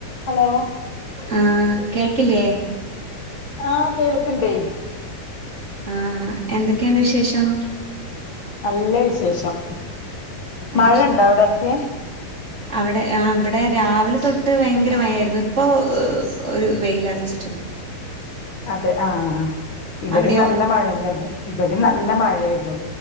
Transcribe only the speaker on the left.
Hello
ആഹ് കേൾക്കണ്ടേ.
നല്ല വിശേഷം
മഴണ്ട അവിടെക്കെ?
അതെ ആഹ് ഹ് ഇവിടെ
നല്ല മഴന്നായിരുന്നു ഇവിടെ നല്ല മഴയായിരുന്നു.